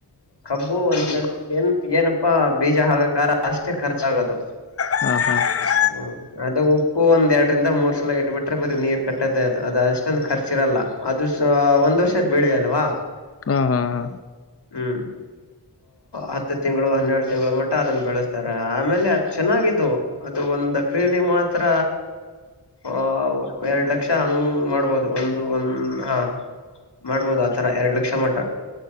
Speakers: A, on the left; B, on the left.
A: ಕಬ್ಬು ಒಂದ್ಸಲ ಏನ್ ಏನಪ್ಪಾ ಬೀಜ ಆಗಕಾರ ಅಷ್ಟೇ ಖರ್ಚಾಗೋದು
B: ಹಾ ಹಾ ಹಾ
A: ಹ್ಮ ಅದ ಉಪ್ಪು ಒಂದ್ ಎರಡರಿಂದ ಮೂರ್ ಸಲ ಇಟ್ಬಿಟ್ರೆ ಬರೀ ನೀರ್ ಕಟ್ಟದೇ ಅದು ಅದ ಅಷ್ಟೊಂದು ಖರ್ಚಿರಲ್ಲ ಅದು ಒಂದ್ ವರ್ಷದ್ ಬೆಳೆ ಅಲ್ವಾ
B: ಹಾ ಹಾ ಹಾ
A: ಹ್ಮ್ ಹತ್ತು ತಿಂಗಳು ಹನ್ನೆರಡು ತಿಂಗಳ ಮಟ್ಟ ಅದನ್ನ ಬೆಳೆಸ್ತಾರೆ ಆಮೇಲೆ ಅದು ಚೆನ್ನಾಗಿದ್ದು ಅದು ಒಂದ್ ಎಕ್ರೆಯಲ್ಲಿ ಮಾತ್ರ ಹ ಎರಡ್ ಲಕ್ಷ ಹಂಗ್ ಮಾಡ ಬದು ಒಂದು ಒಂದ ಹಾ ಮಾಡ್ಬೋದು ಆತರ ಎರಡು ಲಕ್ಷ ಮಟ್ಟ